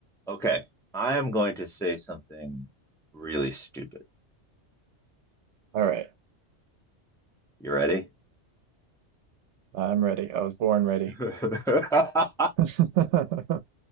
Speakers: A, in the centre; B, on the right.
A: Okay, I am going to say something really stupid.
B: All right.
A: You ready?
B: I'm ready. I was born ready.
A: <laughs>
B: <laughs>